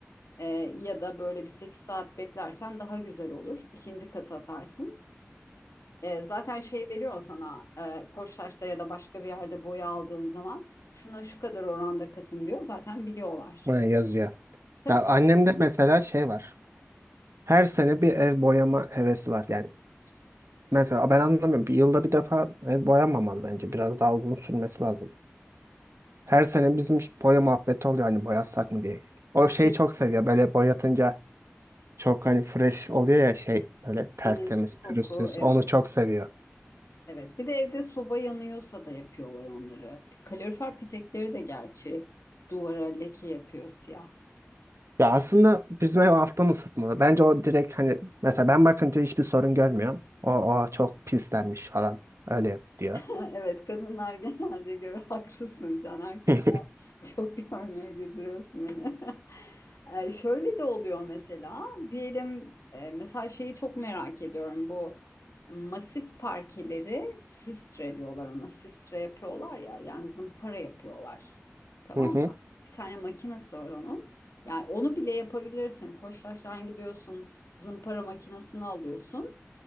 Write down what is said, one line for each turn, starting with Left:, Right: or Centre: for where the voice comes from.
Left: E, ya da böyle bir 8 saat beklersen daha güzel olur. İkinci katı atarsın. E, zaten şey veriyor sana e, Koçtaş'ta ya da başka bir yerde boya aldığın zaman şuna şu kadar oranda katın diyor. Zaten biliyorlar.
Right: Ha, yazıyor.
Left: Tabii
Right: Ya
Left: tabii.
Right: annemde mesela şey var. Her sene bir ev boyama hevesi var. Yani mesela ben anlamıyorum. Bir yılda bir defa ev boyanmamalı bence. Biraz daha uzun sürmesi lazım. Her sene bizim iş- boya muhabbeti oluyor hani boyasak mı diye. O şeyi
Left: E,
Right: çok seviyor. Böyle boyatınca çok hani fresh oluyor ya şey böyle tertemiz,
Left: Temiz, koku
Right: pürüzsüz.
Left: evet.
Right: Onu çok seviyor.
Left: Evet. Bir de evde soba yanıyorsa da yapıyorlar onları. Kalorifer petekleri de gerçi duvara leke yapıyor siyah.
Right: Ya aslında bizim ev alttan ısıtmalı. Bence o direkt hani mesela ben bakınca hiçbir sorun görmüyorum. O, o çok pislenmiş falan. Öyle yap diyor.
Left: <laughs> Evet kadınlar genelde göre haklısın Can erkek.
Right: <laughs>
Left: Çok görmüyor güldürüyorsun beni. <laughs> Ee, şöyle de oluyor mesela diyelim e, mesela şeyi çok merak ediyorum bu masif parkeleri sistre diyorlar ona sistre yapıyorlar ya yani zımpara yapıyorlar tamam
Right: Hı hı,
Left: mı? Bir tane makinesi var onun yani onu bile yapabilirsin Koçtaş'tan gidiyorsun zımpara makinesini alıyorsun